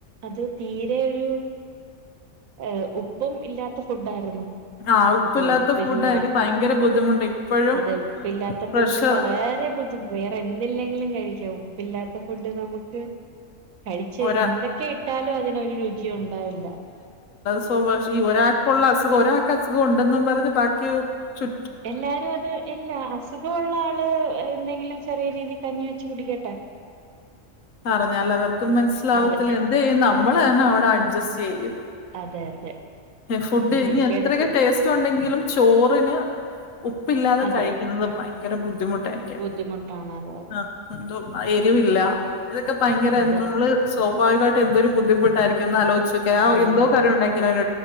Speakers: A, on the right; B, on the left.
A: അത് തീരെ ഒരു ഏഹ് ഉപ്പും ഇല്ലാത്ത ഫുഡ് ആയിരുന്നു.
B: ആഹ് ഉപ്പില്ലാത്ത
A: അപ്പൊ ഉപ്പില്ല
B: ഫുഡാ എനിക്ക് ഭയങ്കര ബുദ്ധിമുട്ട് ഇപ്പോഴും
A: അതെ ഉപ്പില്ലാത്ത
B: പ്രഷർ
A: ഫുഡ് വളരെ ബുദ്ധിമു വേറെ എന്തില്ലെങ്കിലും കഴിക്കും ഉപ്പില്ലാത്ത ഫുഡ് നമുക്ക് കഴിച്ച്
B: ഒരാ
A: എന്തൊക്കെയ ട്ടാലും അതിനൊരു രുചിയോണ്ടാവില്ല.
B: സേബാഷി ഒരാക്കുള്ള അസുഖം ഒരാക്ക് അസുഖം ഉണ്ടെന്നും പറഞ്ഞ് ബാക്കി ചു
A: എല്ലാരും അത് എല്ലാ അസുഗോള്ള ആള് എന്തെങ്കിലും ചെറിയ രീതി കഞ്ഞി വെച്ച് കുടിക്കട്ടെ.
B: പറഞ്ഞാല് അവർക്കും മനസ്സിലാവത്തില്ല
A: അതെ
B: എന്ത് ചെയ്യും നമ്മള് തന്നെ അവിടെ അഡ്ജസ്റ്റ് ചെയ്യും.
A: അതെ അതെ.
B: ഫുഡ്
A: അത് മിക്കയിടത്തും
B: ഇനി എത്രൊക്കെ ടേസ്റ്റ് ഒണ്ടെങ്കിലും ചോറിന് ഉപ്പില്ലാതെ
A: അതെ
B: കഴിക്കുന്നത് ഭയങ്കര ബുദ്ധിമുട്ടായിരിക്കും
A: ബുദ്ധിമുട്ടാണ് അതെ അതെ
B: ആഹ് എന്തോ എരിവില്ല ഇതൊക്കെ ഭയങ്കര
A: അതെ
B: എന്ത നമ്മള് സോ സോബാവികായിട്ടും എന്തൊരു ബുദ്ധിമുട്ടായിരിക്കും ഒന്ന് ആലോിച്ചോക്ക്യേ
A: അതെ
B: ആഹ് എന്തോ
A: അതെ
B: കാറി ഒണ്ടാകിലും
A: നം